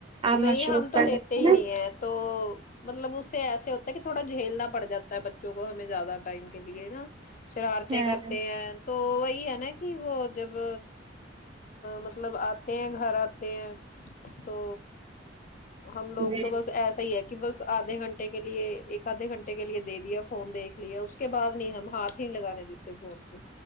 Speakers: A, on the right; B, on the left.
A: آپ
B: نہیں
A: مصروف
B: ہم تو
A: کر
B: دیتے
A: سکتے
B: ہی نہیں
A: نا
B: ہے تو مطلب اس سے ایسے ہوتا ہے کہ تھوڑا جھیلنا پڑ جاتا ہے بچوں کو ہمیں زیادہ ٹائم کے لیے ہے نا شرارتیں
A: ہاں
B: کرتے ہیں تو وہی ہے نا کہ وہ جب مطلب آتے ہیں گھر آتے ہیں تو ہم لوگ
A: جی
B: تو بس ایسے صحیح ہے کہ بس آدھے گھنٹے کے لیے ایک آدھے گھنٹے کے لیے دے دیا فون دیکھ لیا کے بعد نہیں ہم ہاتھ ہی نہیں لگانے دیتے فون کو